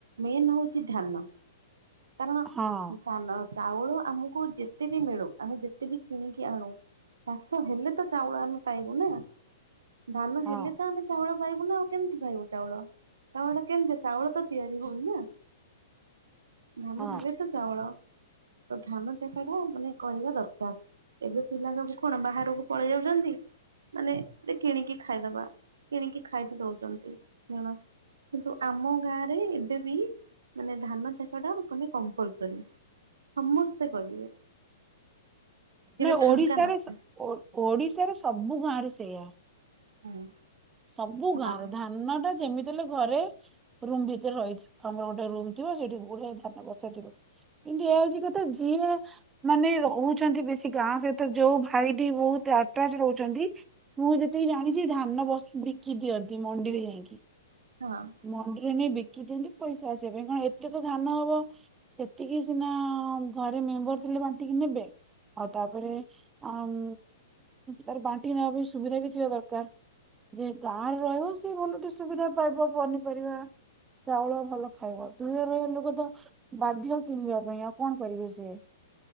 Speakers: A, on the right; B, on the right.
A: ମେନ୍ ହଉଛି ଧ୍ୟାନ। କାରଣ
B: ହଁ
A: ଚାଉଳ ଆମକୁ ଯେତେ ବି ମିଳୁ, ଆମେ ଯେତେ ବି କିଣିକି ଆଣୁ, ଚାଷ ହେଲେ ତ ଚାଉଳ ଆମେ ପାଇବୁ ନା। ଧାନ
B: ହଁ
A: ହେଲେ ଚାଉଳ ପାଇବୁ ନା ଆଉ କେମିତି ପାଇଵୁ ଚାଉଳ ଚାଉଳ ଟା କେମିତି ଚାଉଳ ତ ତିଆରି ହଉନି ନା ଧାନ
B: ହଁ
A: ହେଲେ ତ ଚାଉଳ। ତ ଧାନ ଚାଷ ଟା ମାନେ କରିବା ଦରକାର। ଏବେ ପିଲା ସବୁ କଣ ବାହାରକୁ ପଳେଇ ଯାଉ ନାହାନ୍ତି ମାନେ ଯେ କିଣିକି ଖାଇଦବା। କିଣିକି ଖାଇକି ଦଉଛନ୍ତି ଜଣ। କିନ୍ତୁ ଆମ ଗାଁ ରେ ଏବେବି ମାନେ ଧାନ ଚାଷ ଟା ମାନେ କମ୍ପଲସରୀ, ସମସ୍ତେ କରିବେ। କେବେ
B: ନା
A: ଫାଙ୍କା
B: ଓଡ଼ିଶାରେ,
A: ନଥାଏ।
B: ଓଡ଼ିଶାରେ ସବୁ ଗାଁ ରେ ସେଇଆ।
A: ହୁଁ।
B: ସବୁ
A: ହଁ
B: ଗାଁରେ, ଧାନ ଟା ଯେମିତି ହେଲେ ଘରେ ରୁମ୍ ଭିତରେ ରହିଥିବ। ଆମର ଗୋଟେ ରୁମ ଥିବ ସେଇଠି ଗୁଡ଼ାଏ ଧାନ ବସ୍ତା ଥିବ। କିନ୍ତୁ ଏଆ ହଉଛି କଥା ଯିଏ, ମାନେ ରହୁଛନ୍ତି ବେଶୀ ଗାଁ ସହିତ, ଯୋଉ ଭାଇଟି ବହୁତ ଆଟାଚ୍ ରହୁଛନ୍ତି, ମୁଁ ଯେତିକି ଜାଣିଛି ଧାନ ବସ୍ ବିକି ଦିଅନ୍ତି ମଣ୍ଡିରେ ଯାଇକି।
A: ହଁ
B: ମଣ୍ଡିରେ ନେଇ ବିକି ଦିଅନ୍ତି। ପଇସା ଆସିବା ପାଇଁ, କଣ ଏତେ ତ ଧାନ ହବ, ସେତିକି ସିନା ଘରେ ମେମ୍ବର ଥିଲେ ବାଣ୍ଟିକି ନେବେ, ଆଉ ତାପରେ ଆମ୍ ତାରେ ବାଣ୍ଟିକି ନେବା ପାଇଁ ସୁବିଧା ବି ଥିବା ଦରକାର, ଯେ ଗାଁରେ ରହିବ ସେ ଭଲ ଟେ ସୁବିଧା ପାଇବ। ପନିପରିବା ଚାଉଳ ଭଲ ଖାଇବ, ଦୂରରେ ରହିବା ଲୋକ ତ ବାଧ୍ୟ କିଣିବା ପାଇଁ ଆଉ। କଣ କରିବେ ସିଏ।